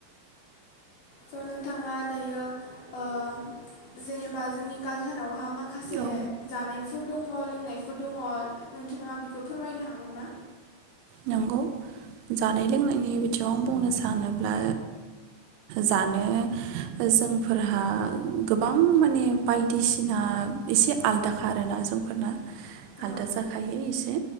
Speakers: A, on the left; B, on the right.
A: स' नोंथाङा दायो ओ जेनेबा जोंनि कालसारावहा माखासे
B: औ
A: जानायफोर दङ लोंनायफोर दङ नोंथाङा बेखौ फोरमायनो हागोन ना?
B: नंगौ जानाय लोंनायनि बिथिंआव आं बुंनो सानोब्ला जानो जोंफोरहा गोबां माने बायदिसिना एसे आलदाखारोना जोंफोरना
A: औ
B: आलदा जाखायो एसे